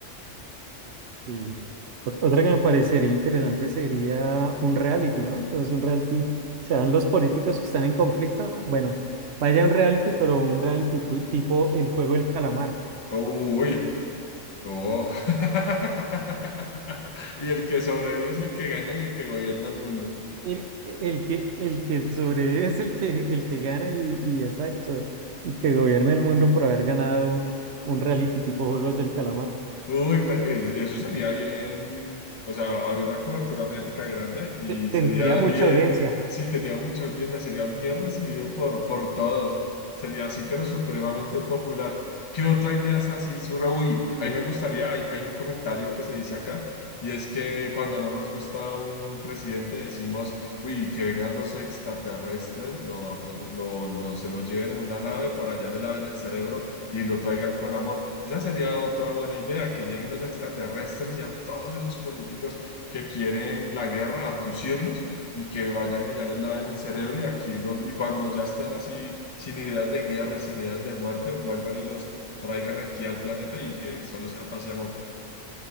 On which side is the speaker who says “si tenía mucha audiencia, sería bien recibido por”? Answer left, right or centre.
Left